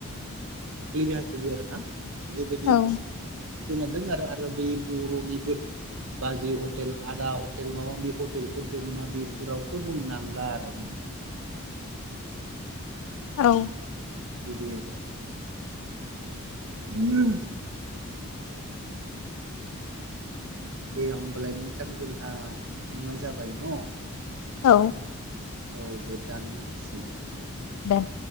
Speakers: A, on the right (about 60°); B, on the left (about 75°).
A: लिजाजोबो आरो ना बेबायदि
B: औ
A: खोनादों आरो आरो बे बर'निबो बाजै हटेल आदा हटेल माबा माबि हटेलफोर दङनाा बेफोरावथ' बुंनांला आरो माने
B: औ।
A: बिदि आरो उ <inaudible> दे होमबालाय नोंथां जोंहा टाइमा जाबाय न
B: औ।
A: औ दे दाननो हासिगोन।
B: दोन